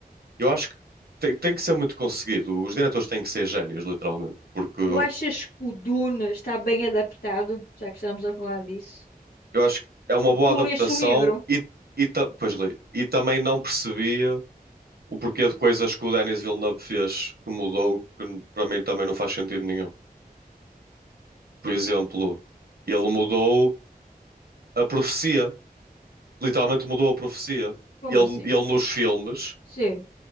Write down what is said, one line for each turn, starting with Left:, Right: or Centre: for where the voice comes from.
Right: eu acho que tem, tem que ser muito conseguido. Os diretores têm que ser génios, literalmente. Porque
Left: Tu achas que o Dune está bem adaptado, já que estamos a falar disso?
Right: eu acho que é uma
Left: Porque
Right: boa
Left: tu
Right: adaptação
Left: leste o livro.
Right: e, e, ta- pois, li. e também não percebia o porquê de coisas que o Denis Villeneuve fez que mudou, que para mim também não faz sentido nenhum. Por
Left: Tipo,
Right: exemplo, ele mudou a profecia, literalmente mudou a profecia.
Left: como
Right: Ele,
Left: assim?
Right: ele nos filmes
Left: Sim.